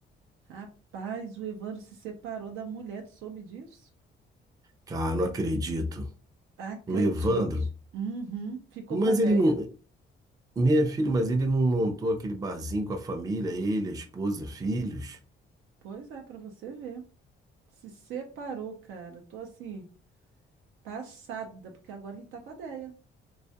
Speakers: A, on the right (about 85°); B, on the right (about 20°).
A: Rapaz, o Evandro se separou da mulher, tu soube disso?
B: Cara, não acredito.
A: Acredite.
B: O Evandro.
A: Uhum, ficou
B: Mas
A: com a Deia.
B: ele não. Minha filha, mas ele não montou aquele barzinho com a família, ele, a esposa, filhos.
A: Pois é, pra você ver. Se separou, cara. Tô assim, passada, porque agora ele tá com a Deia.